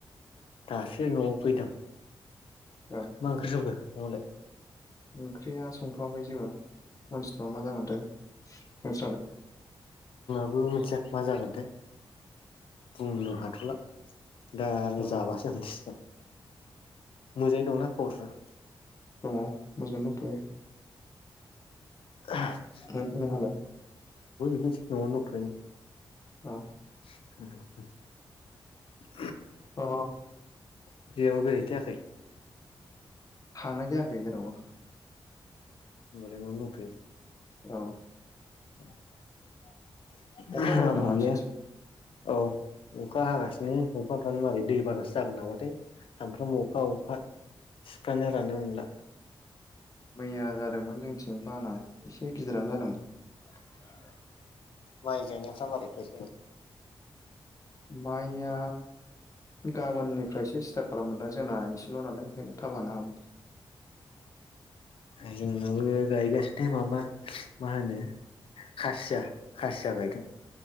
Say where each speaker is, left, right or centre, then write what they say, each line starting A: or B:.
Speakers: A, on the left; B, on the left.
A: दासो न'आव फैदों।
B: औ
A: मा ओंख्रि संखो न'आवलाय?
B: ओंख्रिया संथ'वाखै जेबो। मानसिथ'वा मा जागोनथाय नोंस्रालाय?
A: उम मिथिया मा जागोनथाय बुंनो हाथ'ला। दा
B: औ
A: जाबासो मिथिगोन। मोजाङै दंना खबरफ्रा?
B: दङ मोजां दंथ'यो।
A: होमबालाय
B: उम नोंहालाय?
A: मिथि न'आवनो दंथयो।
B: ओ
A: <unintelligible>
B: अ अ
A: बेयाव <unintelligible>
B: थांनाय जायाखै जेरावबो
A: होमबालाय न'आवनो दंथ'यो।
B: औ।
A: <unintelligible>
B: अखा हादोंमोन नामा नोंसोरनिथिं
A: औ अखा हागासिनो अखाफ्रानो मारै दै बानासो जागोन नामाथाय। सामफ्राम अखा अखा सिफ्रानो राननो मोनला।
B: मैया जादोंमोन जोंनिथिं बाना एसे गिदिरानो जादोंमोन।
A: माय गायनायफ्रा मारै नोंसिनिथिं?
B: माइया गाबोननिफ्रायसो सिटार्ट खालामोन दा जोंना एसेल' नालाय ओंखायनो थाब हानो हागौ।
A: अ जोंनाबो गायगा बे माबा मा होनो खासिया खासिया गायदों।